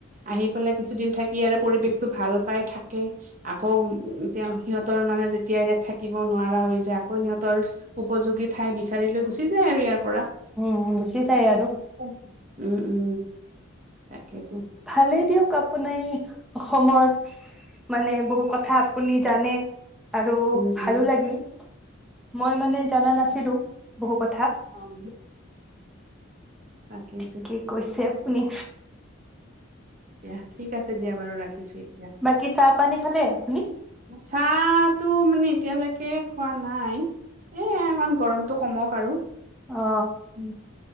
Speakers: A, on the right; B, in the centre.
A: আহি পেলাই কিছুদিন থাকি আৰু পৰিৱেশতো ভাল পাই থাকে আকৌ তেওঁ সিহঁতৰ মানে যেতিয়া ইয়াত থাকিব নোৱাৰা হৈ যায় আকৌ সিহঁতৰ উপযোগী ঠাই বিচাৰি লৈ গুচি যায় আৰু ইয়াৰ পৰা।
B: উ, গুচি যায় আৰু।
A: উম, উম, উ, তাকেইতো।
B: ভালেই দিয়ক আপোনাৰ এই অসমত মানে বহু কথা আপুনি জানে। আৰু
A: উম,
B: ভালো
A: উম।
B: লাগিল। মই মানে জানা নাছিলো বহু কথা।
A: অ', অ'। তাকেইতো
B: ঠিকে কৈছে আপুনি।
A: দিয়া ঠিক আছে, দিয়া বাৰু ৰাখিছোঁ এতিয়া।
B: বাকী চাহ পানী খালে আপুনি
A: চাহ টো মানে এতিয়ালৈকে খোৱা নাই এ, ইমান গৰমটো কমক আৰু।
B: অ
A: উ,